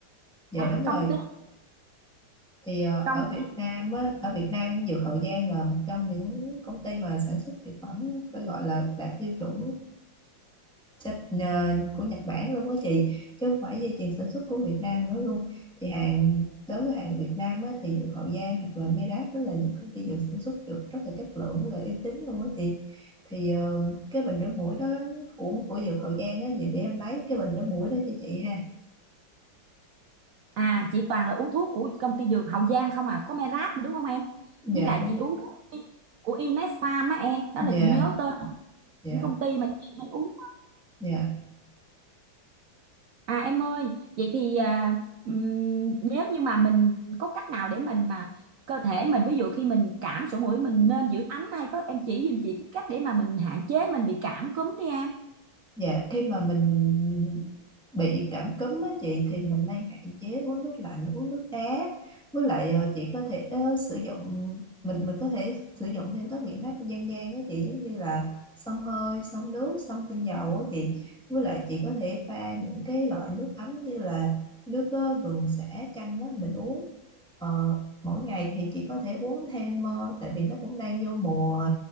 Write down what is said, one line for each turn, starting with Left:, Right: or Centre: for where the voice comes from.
Centre: dạ
Right: Đó,
Centre: đúng
Right: công
Centre: rồi.
Right: ty
Centre: thì ờ,
Right: công
Centre: ở Việt Nam á, ở Việt Nam Dược Hậu Giang là một trong những công ty mà sản xuất dược phẩm phải gọi là đạt tiêu chuẩn Jap- nhờ- của Nhật Bản luôn á chị chứ không phải dây chuyền sản xuất của Việt Nam nữa luôn thì hàng đối với hàng Việt Nam á, thì Dược Hậu Giang hoặc là Merap đó là những công ty dược sản xuất dược rất là chất lượng với lại uy tín luôn á chị thì ờ, cái bình rửa mũi đó của của Dược Hậu Giang á vậy để em lấy cái bình rửa mũi đó cho chị ha
Right: À chị toàn là uống thuốc của công ty dược Hậu Giang không à Có Merap nữa đúng không em
Centre: dạ
Right: Với lại
Centre: đúng
Right: chị uống của, của Imed Farm á em Đó
Centre: dạ
Right: là chị nhớ tên
Centre: dạ
Right: những công ty mà chị hay uống
Centre: dạ
Right: À em ơi Vậy thì à, ừm, nếu như mà mình có cách nào để mình mà Cơ thể mình ví dụ khi mình cảm sổ mũi Mình nên giữ ấm hay có em chỉ giùm chị cái cách để mà mình hạn chế mình bị cảm cúm đi em
Centre: Dạ, khi mà mình bị cảm cúm á chị thì mình nên hạn chế uống nước lạnh, uống nước đá. Với lại ờ, chị có thể ờ, sử dụng mình mình có thể sử dụng thêm các biện pháp dân gian á chị giống như là xông hơi, xông nước, xông tinh dầu á chị. Với lại chị có thể pha những cái loại nước ấm như là nước ờ, gừng sả chanh đó mình uống. Ờ, mỗi ngày thì chị có thể uống thêm ờ, tại vì nó cũng đang vô mùa